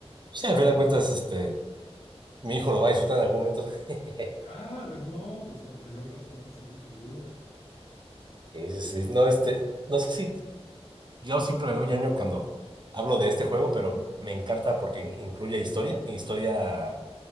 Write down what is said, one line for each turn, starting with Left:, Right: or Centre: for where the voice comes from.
Right: Ya, al final de cuentas, este, mi hijo lo va a disfrutar en algún momento. <laughs>
Left: Ah, de- no, pues con mayor razón, sí, sin duda.
Right: Sí, sí, sí. No, este, no sé si yo siempre me veo ñoño cuando hablo de este juego, pero me encanta porque in- incluye historia, historia